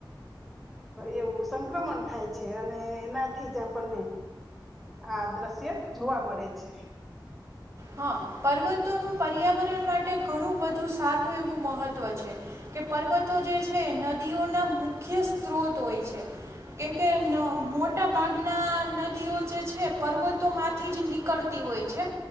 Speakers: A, in the centre; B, on the right.
A: એવું સંક્રમણ થાય છે અને એનાથી જ આપણને આ દ્રશ્ય જોવા મળે છે
B: હા, પર્વતોનું પર્યાવરણ માટે ઘણું બધું સારું એવું મહત્ત્વ છે કે પર્વતો જે છે, એ નદીઓના મુખ્ય સ્ત્રોત હોય છે કેમકે મોટા ભાગના નદીઓ જે છે પર્વતોમાંથી જ નીકળતી હોય છે.